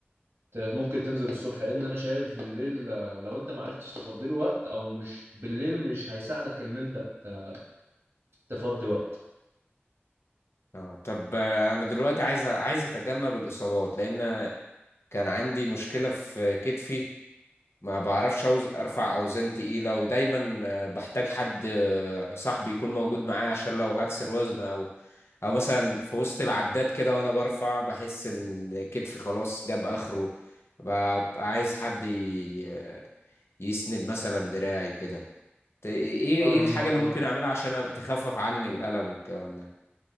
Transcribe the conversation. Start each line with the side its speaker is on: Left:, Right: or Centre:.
Right: ت- ممكن تنزل الصبح لان انا شايف بالليل آه، لو انت معرفتش تفضي له وقت او مش بالليل مش هيساعدك ان انت ت- تفضي وقت
Left: اه طب آه، انا دلوقتي عايز عايز اتجنب الاصابات لان كان عندي مشكلة في كتفي ما بعرفش أوز... ارفع اوزان تقيلة ودايما آه، بحتاج حد آه، صاحبي يكون موجود معايا عشان لو هكسر وزن او او مثلا في وسط العداد كده وانا برفع بحس ان كتفي خلاص جاب اخره ببقى عايز حد ي... يسند مثلا دراعي وكده ت- ايه
Right: فاهمك
Left: ايه الحاجة اللي
Right: آه.
Left: ممكن اعملها عشان تخفف عني الألم والكلام ده